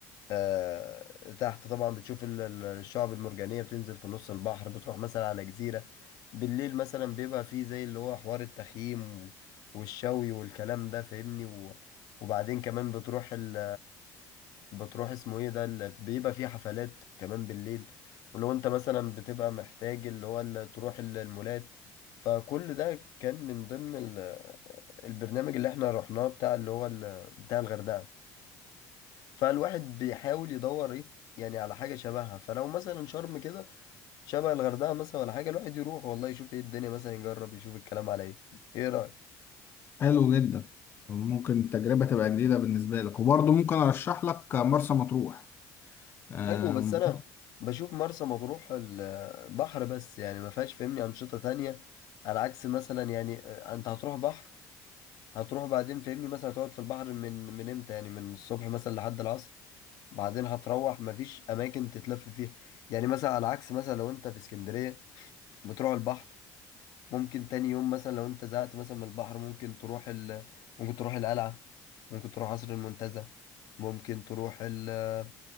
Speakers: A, on the left; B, on the left.
A: آه، تحت طبعا بتشوف ال- ال- الشعب المرجانية بتنزل في نص البحر بتروح مثلا على جزيرة بالليل مثلا بيبقى فيه زي اللي هو حوار التخييم والشوي والكلام ده فاهمني و- وبعدين كمان بتروح ال... بتروح اسمه ايه ده ال- بيبقى فيه حفلات كمان بالليل ولو انت مثلا بتبقى محتاج اللي هو ال- تروح ال- المولات فكل ده كان من ضمن ال... البرنامج اللي احنا رحناه بتاع اللي هو ال... بتاع الغردقة فالواحد بيحاول يدور ايه يعني على حاجة شبهها فلو مثلا شرم كده شبه الغردقة مثلا ولا حاجة الواحد يروح والله يشوف ايه الدنيا مثلا يجرب يشوف الكلام على ايه ايه رأيك
B: حلو جدا ممكن التجربة تبقى جديدة بالنسبة لك وبرضه ممكن ارشح لك مرسى مطروح آه،
A: حلو بس انا بشوف مرسى مطروح البحر بس يعني ما فيهاش فهمني أنشطة تانية على عكس مثلا يعني آه، انت هتروح بحر هتروح بعدين فهمني مثلا هتقعد في البحر من من امتى يعني من الصبح مثلا لحد العصر بعدين هتروح مفيش اماكن تتلف فيها يعني مثلا على عكس مثلا لو انت في اسكندرية بتروح البحر ممكن تاني يوم مثلا لو انت زهقت مثلا من البحر ممكن تروح ال... ممكن تروح القلعة ممكن تروح قصر المنتزه ممكن تروح ال-